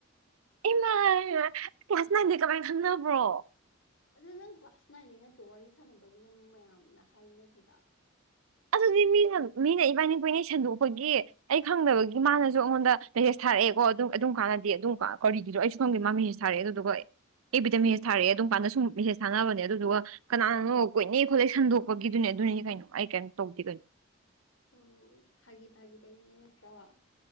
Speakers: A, on the right; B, on the left.
A: ꯏꯃꯥꯢꯄꯦꯝꯃ ꯀ꯭ꯂꯥꯁ ꯅꯥꯏꯟꯗꯤ ꯀꯃꯥꯏꯅ ꯈꯪꯅꯕ꯭ꯔꯣ
B: ꯑꯗꯨ ꯅꯪ ꯀ꯭ꯂꯥꯁ ꯅꯥꯏꯟꯗꯩ ꯅꯠꯇ꯭ꯔꯣ ꯋꯥꯔꯤ ꯁꯥꯟꯅꯕꯒꯤ ꯅꯪ ꯃꯌꯥꯝꯅ ꯍꯥꯏꯅꯈ꯭ꯔꯤꯗ
A: ꯑꯗꯨꯗꯤ ꯃꯤꯅ ꯃꯤꯅ ꯏꯕꯥꯏꯅꯤ ꯀꯣꯢꯅꯩ ꯁꯟꯗꯣꯛꯄꯒꯤ ꯑꯩ ꯈꯪꯗꯕꯒꯤ ꯃꯥꯅꯁꯨ ꯑꯩꯉꯣꯟꯗ ꯃꯦꯁꯦꯖ ꯊꯥꯔꯛꯑꯦꯀꯣ ꯑꯗꯨꯝ ꯑꯗꯨꯝ ꯀꯥꯟꯅꯗꯤ ꯑꯗꯨꯝ ꯀꯧꯔꯤꯒꯤꯅꯣ ꯑꯩꯁꯨ ꯈꯪꯗꯦ ꯃꯥ ꯃꯦꯁꯦꯖ ꯊꯥꯔꯛꯑꯦ ꯑꯗꯨꯒ ꯑꯩ ꯑꯦꯐ ꯕꯤ ꯃꯦꯁꯦꯖ ꯑꯗꯨꯝꯀꯥꯟꯗ ꯁꯨꯝ ꯁꯥꯟꯅꯕꯅꯦ ꯑꯗꯨꯗꯨꯒ ꯀꯅꯥꯅꯣ ꯀꯣꯏꯅꯩ ꯈꯣꯠꯂꯩ ꯁꯟꯗꯣꯛꯄꯒꯤꯗꯨꯅꯦ ꯑꯗꯨꯅꯤꯅꯦ ꯀꯩꯅꯣ ꯑꯩ ꯀꯩꯝ ꯇꯧꯗꯦ ꯀꯩꯅꯣ
B: ꯑꯣ ꯐꯥꯒꯤ ꯐꯥꯒꯤꯗꯒꯤꯅꯦ ꯅꯠꯇ꯭ꯔꯣꯕ